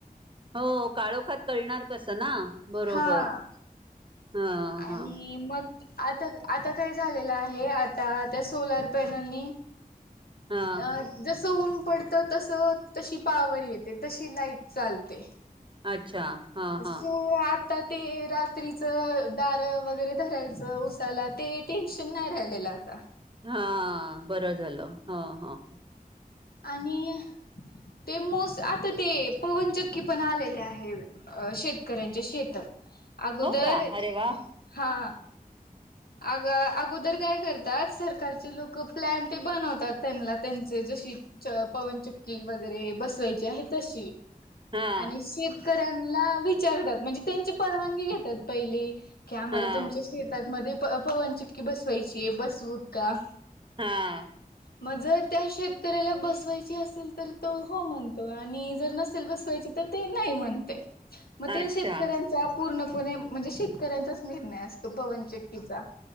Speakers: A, on the right; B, on the left.
A: हो काळोखात कळणार कस ना बरोबर
B: हा
A: हा
B: आणि
A: हा
B: मग आता- आता काय झालेलं आहे आता त्या सोलार पॅनलनी
A: हा
B: अ जस <inaudible> जस ऊन पडत तस -तशी पॉवर येते तशी लाईट चालते.
A: अच्छा हा हा
B: सो आता ते रात्रीच दारं वगैरे धरायचं उसाला ते टेन्शन नाही राहिलेलं आता
A: हा बरं झालं हं हं
B: आणि ते मोस्- आता ते पवनचक्की पण आलेले आहे शेतकऱ्यांच्या शेतात. अगोदर
A: हो का अरे वा
B: हा... अग अगोदर काय करतात सरकारचे लोक प्लॅन ते बनवतात त्यांना त्यांचे जशी च पवनचक्की वगैरे बसवायची आहे तशी
A: हा
B: आणि शेत कऱ्यांना विचारतात म्हणजे त्यांची परवानगी घेत्यात पहिली. की आम्हाला
A: हा
B: तुमच्या शेतातमध्येध्ये पवनचक्की बसवायची बसवूत का?
A: हा
B: मग जर त्या शेतकऱ्याला बसवायची असेल तर तो हो म्हणतो आणि जर नसेल बसवायची तर ते नाही म्हणतय म
A: अच्छा
B: ते शेतकऱ्यांचा पूर्ण पणे म्हणजे शेतकऱ्यांचाच निर्णय असतो पवनचक्कीचा.